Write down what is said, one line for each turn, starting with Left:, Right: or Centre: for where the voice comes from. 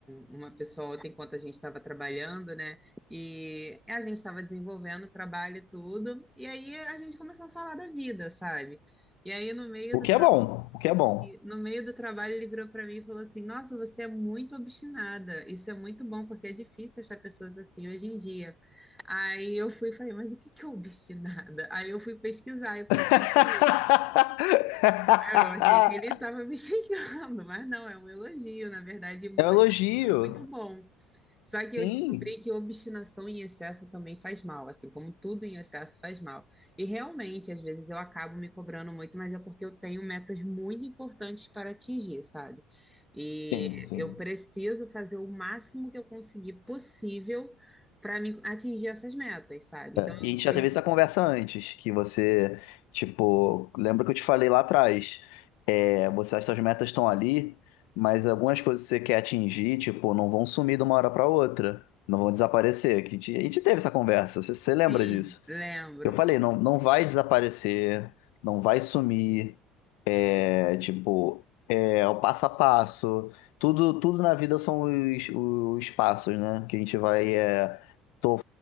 Centre: uma pessoa ontem, enquanto a gente estava trabalhando, né? E a gente estava desenvolvendo trabalho e tudo, e aí a gente começou a falar da vida, sabe? E aí, no meio
Left: O
Centre: do,
Left: que
Centre: tra-
Left: é bom, o que é bom.
Centre: no meio do trabalho, ele virou para mim e falou assim: Nossa, você é muito obstinada. Isso é muito bom, porque é difícil achar pessoas assim hoje em dia. Aí eu fui e falei: Mas o que que é obstinada? Aí eu fui pesquisar e procurar
Left: <laughs>
Centre: saber. Eu achei que ele estava me <laughs> xingando, mas não, é um elogio, na verdade, um
Left: É um elogio.
Centre: elogio muito bom. Só que eu
Left: Sim,
Centre: descobri que obstinação em excesso também faz mal, assim como tudo em excesso faz mal. E realmente, às vezes eu acabo me cobrando muito, mas é porque eu tenho metas muito importantes para atingir, sabe? E
Left: sim, sim.
Centre: eu preciso fazer o máximo que eu conseguir possível para me atingir essas metas, sabe?
Left: É,
Centre: Então,
Left: E a gente já
Centre: eu,
Left: teve essa conversa antes, que você, tipo, lembra que eu te falei lá atrás, é, você, as suas metas estão ali, mas algumas coisas que você quer atingir, tipo, não vão sumir de uma hora para outra, não vão desaparecer. Que a gente a gente teve essa conversa, você, você lembra
Centre: sim,
Left: disso?
Centre: lembro.
Left: Eu falei, não, não vai desaparecer, não vai sumir, é, tipo, é o passo a passo, tudo, tudo na vida são os, os passos, né? Que a gente vai, é, tô-